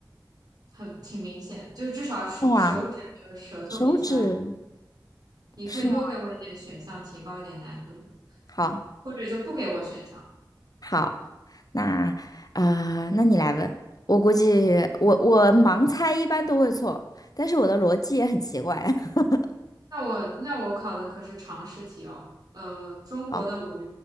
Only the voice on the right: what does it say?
很挺明显，就至少是手指和舌头比起来，
你可以多给我一点选项，
提高一点难度，
或者就不给我选项。
那我那我考的可是常识题哦。呃，中国的五